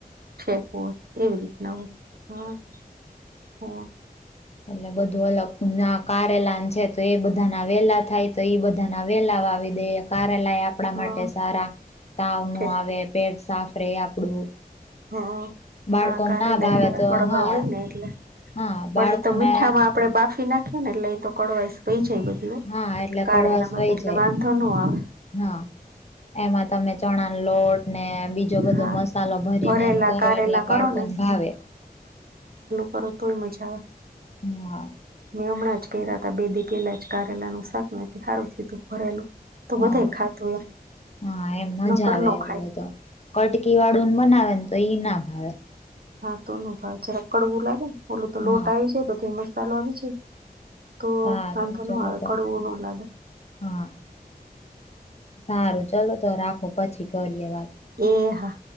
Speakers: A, on the right; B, on the left.
A: છેક હોય એવી રીતના હોય હા, હો
B: એટલે બધું અલગ, ના કારેલાન છે તો એ બધાના વેલા થાય તો ઈ બધાના વેલા વાવી દઈએ કારેલાય આપણા
A: હા
B: માટે સારા તાવ નો
A: છે
B: આવે પેટ સાફ રે આપડું
A: હ,
B: બાળકોને
A: હા, કારેલા
B: ના ભાવે
A: હારા
B: તો
A: કડવા
B: હા
A: હોય ને એટલે
B: હા
A: પણ
B: બાળકોને
A: એ તો મીઠામાં આપણે બાફી નાખીએ ને એટલે એ તો કળવાઈસ કઈ જાય બધી
B: હા એટલે
A: કારેલા
B: કડવાશ
A: માં
B: વહી
A: તો એટલે
B: જાય
A: વાંધો ન આવે
B: હા, એમાં તમે ચણા ન લોટ. બીજો બધો
A: હા
B: મસાલો ભરીને
A: ભરેલા
B: એ કરો,
A: કારેલા
B: એટલે બાળકોને
A: કરો
B: ભાવે.
A: કર તોય મજા આવે.
B: હમ.
A: મેં હમણાં જ કર્યા હતા, બે દિવસ પેલા જ કારેલા નું શાક. નથી સારું થતું, ફરેલું. તો બધા
B: હા
A: ખાતું એમ
B: હા એમ મજા
A: નકર,
B: આવે
A: ન
B: એવું
A: ખાય.
B: હોય તો કટકી વાળું બનાવે ને, તો ઈ ના ભાવે.
A: હા, તો ન ભાવે. જરા કડવું લાગે ને, ઓલો તો
B: હા
A: લોટ આવી જાય, બધો મસાલો આવી જાય. તો
B: સારું
A: એ તો ન
B: ચલો
A: આવે કડવું ન લાગે.
B: હા, સારું. ચલો તો રાખો, પછી કરીએ વાત.
A: એ હા.